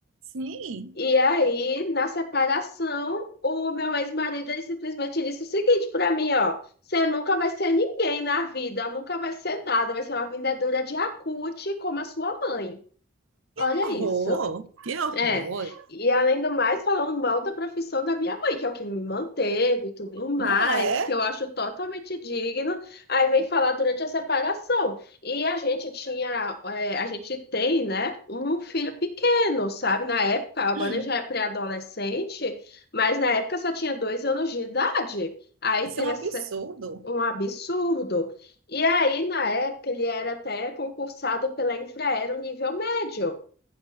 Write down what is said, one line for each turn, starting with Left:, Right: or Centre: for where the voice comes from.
Right: Sim,
Left: E aí, na separação, o meu ex-marido ele simplesmente disse o seguinte para mim, ó, você nunca vai ser ninguém na vida, nunca vai ser nada, vai ser uma vendedora de acute como a sua mãe.
Right: que
Left: Olha
Right: horror,
Left: isso.
Right: que horror.
Left: É, e além do mais, falando mal da profissão da minha mãe, que é o que me manteve e tudo mais,
Right: Não é?
Left: que eu acho totalmente digno. Aí vem falar durante a separação. E a gente tinha, é, a gente tem, né, um filho pequeno, sabe? Na época, agora
Right: Hum,
Left: já é pré-adolescente, mas na época só tinha dois anos de idade. Aí
Right: isso
Left: teve
Right: é um absurdo.
Left: essa- um absurdo. E aí, na época, ele era até concursado pela Infraero nível médio.